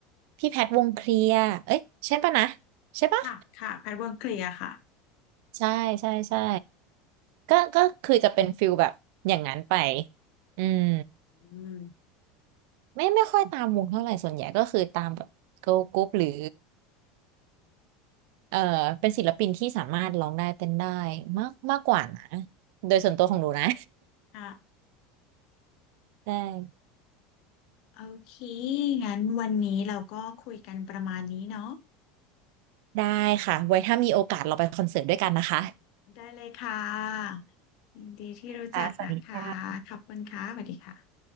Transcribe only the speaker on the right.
พี่แพทวงเคลียร์เอ้ยใช่ปะนะใช่ปะ
ใช่ใช่ใช่ก็ก็คือจะเป็นฟิลแบบอย่างนั้นไปอืม
ไม่ไม่ค่อยตามวงเท่าไหร่ส่วนใหญ่ก็คือตามแบบเกิร์ลกรุ๊ปหรือเอ่อเป็นศิลปินที่สามารถร้องได้เต้นได้มากมากกว่านะโดยส่วนตัวของหนูนะ
<laughs> ได้
ได้ค่ะไว้ถ้ามีโอกาสเราไปคอนเสิร์ตด้วยกันนะคะ
ค่ะสวัสดีค่ะ